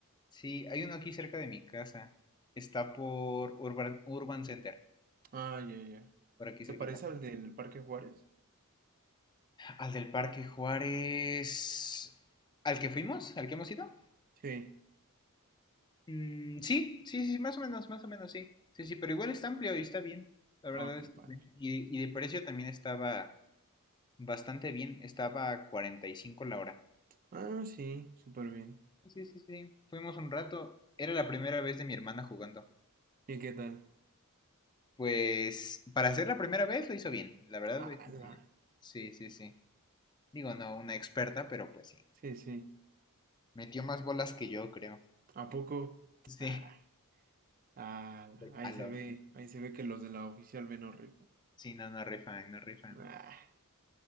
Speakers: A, on the left; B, on the right.
A: Sí, hay uno aquí cerca de mi casa. Está por Urban, Urban Center,
B: Ah, ya, ya.
A: por aquí
B: ¿Se
A: cerquita.
B: parece al del Parque Juárez?
A: Al del Parque Juárez. ¿Al que fuimos? ¿Al que hemos ido?
B: Sí.
A: Mm, sí, sí, sí, más o menos, más o menos, sí. Sí, sí, pero igual está amplio y está bien. La verdad
B: Ah,
A: es
B: qué padre.
A: que bien. Y, y de precio también estaba bastante bien. Estaba a 45 la hora.
B: Ah, sí, súper bien.
A: Sí, sí, sí. Fuimos un rato. Era la primera vez de mi hermana jugando.
B: ¿Y qué tal?
A: Pues para ser la primera vez lo hizo bien. La verdad
B: Ala.
A: lo hizo muy bien. Sí, sí, sí. Digo, no una experta, pero pues sí.
B: Sí, sí.
A: Metió más bolas que yo, creo.
B: ¿A poco?
A: Sí.
B: Ah,
A: <laughs>
B: ala.
A: Soy
B: Ahí
A: malo.
B: se ve, ahí se ve que los de la oficial ven rico.
A: Sí, no, no rifan, no rifan.
B: Ah,